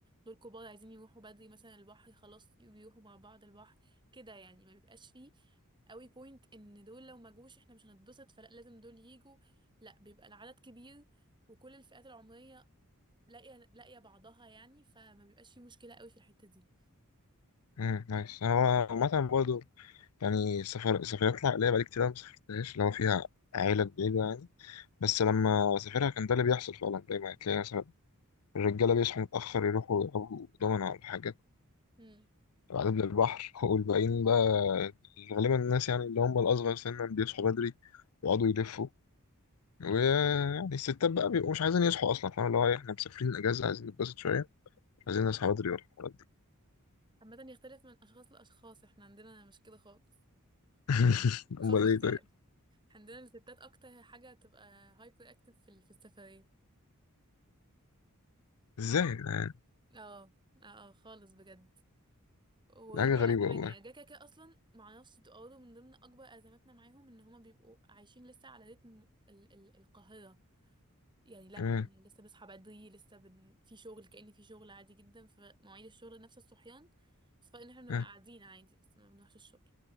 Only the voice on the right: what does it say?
دول كبار عايزين يروحوا بدري مثلا البحر خلاص بيروحوا مع بعض البحر كده يعني ما بيبقاش فيه قوي بوينت ان دول لو ما جوش احنا مش هنتبسط فلا لازم دول يجوا لا بيبقى العدد كبير وكل الفئات العمرية لاقيه لاقيه بعضها يعني فما بيبقاش في مشكله قوي في الحته دي
مم.
مم.
عامه يختلف من اشخاص لاشخاص احنا عندنا مش كده خالص
<laughs> خالص
يعني عندنا الستات اكتر حاجه تبقى هايبر اكتف في ال- في السفريه
اه اه آه، خالص بجد ورجاله
كمان
يعني الرجاله كده كده اصلا معرفش بتبقى برضه من ضمن اكبر ازماتنا معاهم ان هما بيبقوا عايشين لسه على رتم ال ال القاهره يعني لا
يعني لسه بصحى بدري لسه بن... في شغل كأن في شغل عادي جدا فمواعيد الشغل نفس الصحيان بس فرق ان احنا بنبقى
قاعدين عادي بس ما بنروحش الشغل